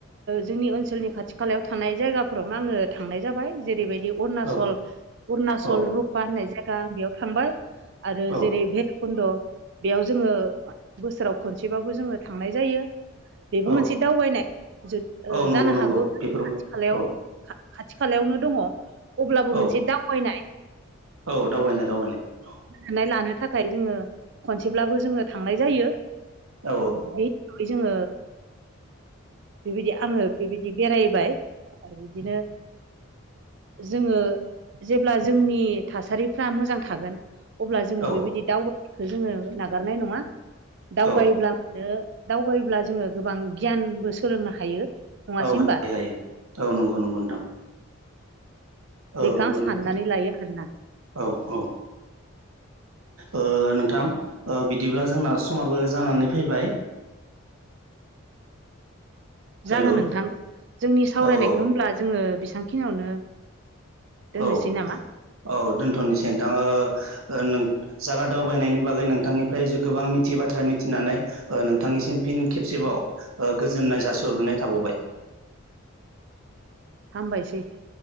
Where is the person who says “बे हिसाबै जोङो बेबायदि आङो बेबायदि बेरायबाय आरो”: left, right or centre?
Right